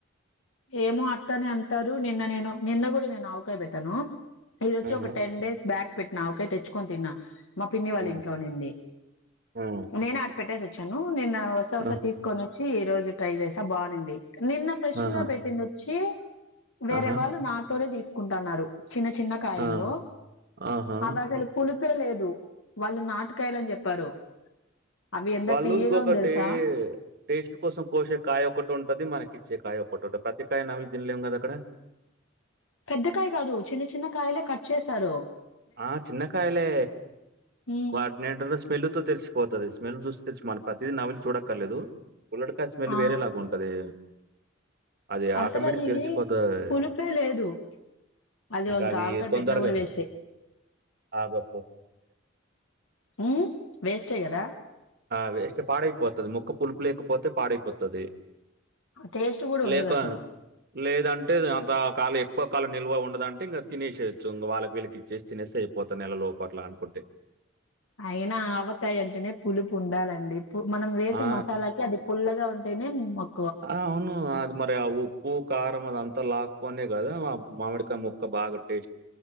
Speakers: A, on the left; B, on the right.
A: ఏమో అట్ట అని అంటారు నిన్న నేను నిన్న కూడా నేను ఆవకాయ పెట్టాను ఇది వచ్చి
B: హుహు.
A: ఒక టెన్ డేస్ బ్యాక్ పెట్టినా ఒకకే తెచ్చుకొని తిన్నా మా పిన్ని వాళ్ళ
B: హ్మ్.
A: ఇంట్లోనింది
B: హ్మ్.
A: నేను ఆట పెట్టేసి వచ్చాను నేన్న వస్తా వస్తా
B: ఆ!
A: తీసుకొని వచ్చి ఈ రోజు ట్రై చేసా బాగునింది నిన్న ఫ్రెష్
B: ఆహా!
A: గా పెట్టింది వచ్చి వేరే
B: ఆహా!
A: వాళ్ళు నాతోనే తీసుకుంటున్నారు చిన్న చిన్న కాయలు
B: ఆ! ఆహా!
A: అవి అసలు పులు లేదు వాళ్ళు నాటకాయలుని చెప్పారు అవి ఎంత
B: వాళ్ళు
A: తీయగా
B: ఇంకొకటి
A: ఉంది తెలుసా
B: టేస్ట్ కోసం కోసే కాయ ఒకక్కటి ఉంటది మనకిచ్చే కాయ ఒకటి ఫటోట కతికాయ నవల్ జిల్లేం కదా అక్కడ
A: పెద్దకాయ కాదు చిన్న చిన్న కాయలే కట్ చేసారు
B: ఆ చిన్నకాయలే
A: ఉమ్
B: కటినేలో స్మెల్ తో తెలిసిపోతుది స్మెల్ చూస్తు తెలుసు మన ప్రతిదీ నవలి చూడక్కర్లేదు ఉల్లటకాయ స్మెల్
A: ఆ
B: వేరే లాగా ఉంటది అది
A: అసలు
B: ఆటోమేటిక్
A: అది
B: తెలిసిపోతుది
A: పులిపే లేదు అది
B: గది
A: ఇంకా ఆవకాయ
B: తొందరగా
A: పెట్టినా కూడా వేస్టే
B: ఆగపోే
A: ఉ వేస్ట్ కదా
B: ఆ వేస్ట్ పాడైపోతుది ముొక్క పులుపు లేకపోతే పాడైపోతుది
A: టేస్ట్ కూడా ఉండదు
B: లేక
A: అసలు
B: లేదంటే అంత కాలు ఎ ఇక్కొక్కాలల్వ ఉండదంటే ఇం తినేయచ్చు ఇం వాళ్ళకిళ్ళకి చేసి తినేసైపోత నెల లో అట్ల అనుకుంటే
A: అయినా ఆవకాయ అంటేనే పులుపు ఉండాలండి మనం వేసే
B: ఆ!
A: మసాలాకి అది పుల్లగా ఉంటేనే మొత్త
B: ఆ అవును అది మరి ఆ ఉప్పు కారం అద అంతలాకనే కదా మామిడికా ముక్క బా టే